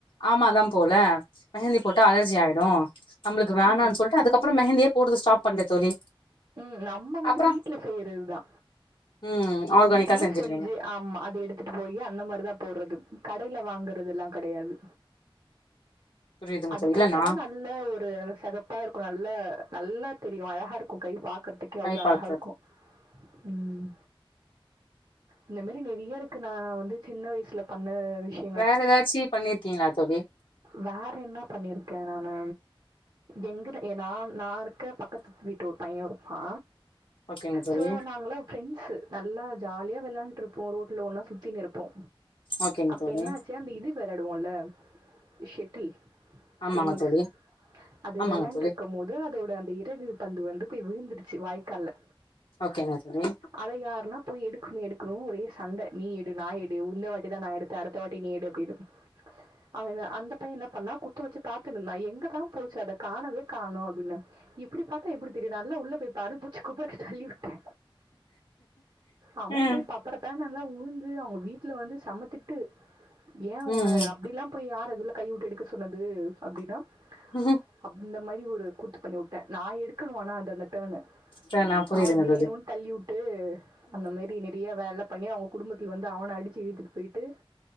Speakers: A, on the left (about 65°); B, on the right (about 50°).
A: ஆமா தா போல மெஹந்தி போட்டா அலர்ஜி ஆயிடு நம்ப்ளுக்கு வேணான்
B: ம்.
A: சொல்ட்டு அதுக்கப்றோ மெஹந்தியே போடுறத ஸ்டாப் பண்ட்டே தோழி
B: ம் நம்ம வந்து
A: அப்புறோ
B: வீட்ல செய்றதுதா
A: ம் ஆர்கானிக்கா
B: வீட்லயே
A: செஞ்சுடுவீங்க
B: செஞ்சு ஆமா அது எடுத்துட்டு போயி அந்த மாரிதா போட்றது கடைல வாங்குறதுலா கெடயாது
A: புரியுதுங்க
B: அது
A: தோழி
B: போட்டாதா
A: இல்ல நா
B: நல்ல ஒரு செகப்பா இருக்கு நல்ல நல்லா தெரியு அழகா இருக் கு கை பாக்றதுக்கே
A: ட்ரை
B: அவ்ளோ அழகா
A: பாக்குறது
B: இருக்கு ம் இந்த மாரி நறைய இருக்கு நா வந்து சின்ன வயச்ல பண்ண விஷ்
A: வேற எதாச்சி பண்ணிருக்கீங்ளா தோழி
B: வேற என்ன பண்ணிருக்கே நானு எங்குட்டு நான் நா இருக்க பக்கத்து வீட்டூர் பய்யோ இருப்பா
A: ஓகேங்க தோழி
B: சோ நாங்ளா ஃப்ரெண்ட்ஸ் நல்லா ஜாலியா வெளாண்ட்டு இருப்போ ரோட்ல ஒன்னா சுத்தின்னு இருப்போ
A: ஓகேங்க
B: அப்ப
A: தோழி
B: இன்னா ஆச்சு அந்த இது வெளாடுவோல ஷெட்டில்
A: ஆமாங்க
B: டென்னிஸ்
A: தோழி
B: அது
A: ஆமாங்க
B: வெளாண்ட்டு
A: தோழி
B: இருக்கமோது அதோட அந்த இறகு பந்து வந்து போய் விழுந்துடுச்சு வாய்க்கால்ல
A: ஓகேங்க தோழி
B: அத யாருன்னா போய் எடுக்ணு எடுக்ணு ஒரே சண்ட நீ எடு நா எடு உந்த வாட்டிதா நா எடுத் த அடுத்த வாட்டி நீ எடு அப்டினு அங்க அந்த பய்ய என்ன பண்ணா குத்த வச்சு பாத்துனுருந்தா எங்கதா போச்சு அத காணவே காணு அப்டின்னு இப்டி பாத்தா எப்டி தெரியு நல்லா உள்ள போய்ப்பாருனு புட்ச்சு குப்புறக்க தள்ளிவிட்டே அவ
A: ம்
B: போய் பப்பறப்பானு நல்லா உழுந்து அவுங்க வீட்ல வந்து செம திட்டு ஏ
A: ம்
B: ஒன அப்டிலா போய் யார் அதுல கைவிட்டு எடுக்க சொன்னது அப்டினா
A: ம்
B: அப் அந்தமேரி ஒரு கூத்து பண்ணி உட்டே நா எடுக்கணும் ஆனா அது அந்த டேன்னு
A: ச நா புரியுதுங்க
B: அவன வேணும்ன்னு
A: தோழி
B: தள்ளிவுட்டு அந்த மேரி நெ இப்பிடியே வேல பண்ணி அவங்க குடும்பத்துல வந்து அவன அடிச்சு இழுத்துட்டு போயிட்டு